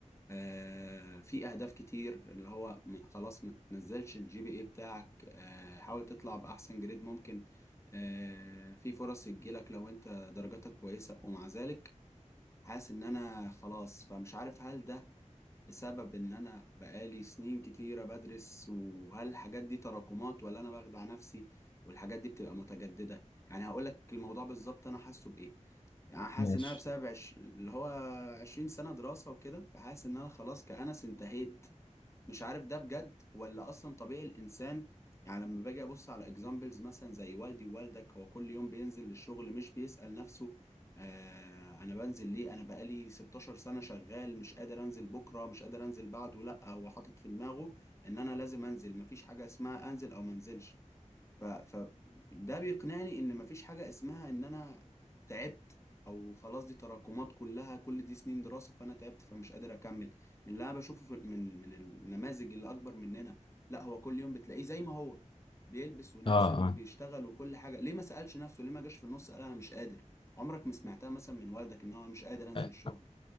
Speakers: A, on the left; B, on the left.
A: آه، في اهداف كتير اللي هو م- خلاص ما تنزلش الجي بي اي بتاعك آه، حاول تطلع باحسن جريد ممكن آه، في فرص تجيلك لو انت درجاتك كويسة ومع ذلك حاسس ان انا خلاص فمش عارف هل ده بسبب ان انا بقالي سنين كتيرة بدرس وهل الحاجات دي تراكمات ولا انا بخدع نفسي والحاجات دي بتبقى متجددة يعني هقولك الموضوع بالظبط انا حاسه بايه يعني حاسس
B: ماشي
A: انها بسبب عش... اللي هو 20 سنة دراسة وكده فحاسس ان انا خلاص كأنس انتهيت مش عارف ده بجد ولا اصلا طبيعي الانسان يعني لما باجي ابص على اكزامبلز مثلا زي والدي ووالدك هو كل يوم بينزل للشغل مش بيسأل نفسه آه انا بنزل ليه انا بقالي 16 سنة شغال مش قادر انزل بكرة مش قادر انزل بعده لا هو حاطط في دماغه ان انا لازم انزل مفيش حاجة اسمها انزل او منزلش ف... فده بيقنعني ان مفيش حاجة اسمها ان انا تعبت او خلاص دي تراكمات كلها كل دي سنين دراسة فانا تعبت فمش قادر اكمل من اللي انا بشوفه في من من النماذج اللي اكبر مننا لا هو كل يوم بتلاقيه زي ما هو بيلبس ونازل
B: اه
A: وبيشتغل
B: اه
A: وكل حاجة ليه ما سألش نفسه ليه ما جاش في النص قال انا مش قادر عمرك ما سمعتها مثلا من والدك ان هو مش قادر انزل
B: أه،
A: الشغل